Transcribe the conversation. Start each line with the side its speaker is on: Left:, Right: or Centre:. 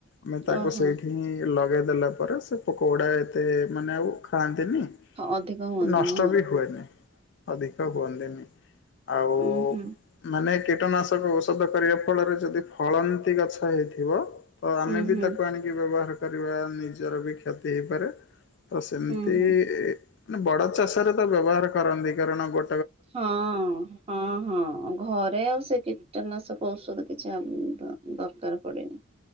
Left: ଆମେ ତାକୁ
Right: ଓହୋ
Left: ସେଇଠି ହିଁ ଲ ଗେ ଦେଲା ପରେ ସେ ପକୋଗୁଡା ଏତେ ମାନେ ଆଉ ଖାଆନ୍ତିନି,
Right: ଅଧିକ ହୁଅନ୍ତିନି
Left: କି ନଷ୍ଟ
Right: ହଁ।
Left: ବି ହୁଏନି, ଅଧିକ ହୁଅନ୍ତିନି। ଆଉ
Right: ଉଁ ହୁଁ
Left: ମାନେ କୀଟନାଶକ ଔଷଧ କରିବା ଫଳରେ ଯଦି ଫଳନ୍ତି ଗଛ ହେଇଥିବ ତ ଆମେ
Right: ହୁଁ
Left: ବି
Right: ହୁଁ
Left: ତାକୁ ଆଣିକି ବ୍ୟବହାର କରିବା ନିଜର ବି କ୍ଷତି ହେଇପାରେ। ତ ସେମିତି
Right: ହୁଁ ହୁଁ
Left: ମାନେ ବଡ ଚାଷରେ ତ ବ୍ୟବହାର କରନ୍ତି। କାରଣ ଗୋ
Right: ହଁ, ହଁ, ହଁ ଘରେ ଆଉ ସେ କି କୀଟନାଶକ ଔଷଧ କିଛି ଆମ ଦ ଦରକାର ପଡ଼େନି।